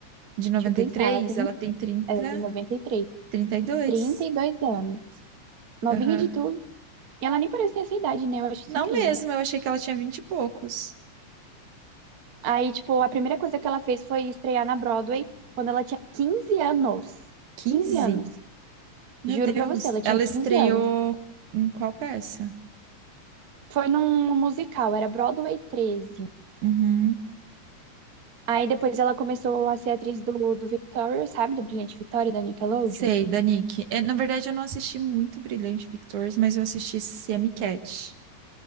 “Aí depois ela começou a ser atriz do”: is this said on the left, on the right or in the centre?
Right